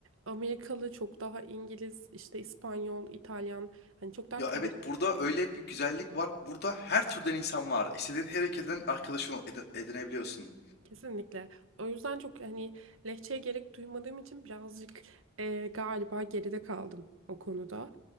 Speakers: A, on the right; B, on the left.
A: Amerikalı, çok daha İngiliz, işte İspanyol, İtalyan hani çok daha
B: Ya
A: karışık
B: evet burada öyle bir güzellik var. Burada her türden insan var. İstediğin her ülkeden arkadaşını edi- edinebiliyorsun.
A: Kesinlikle. O yüzden çok hani lehçeye gerek duymadığım için birazcık e, galiba geride kaldım o konuda.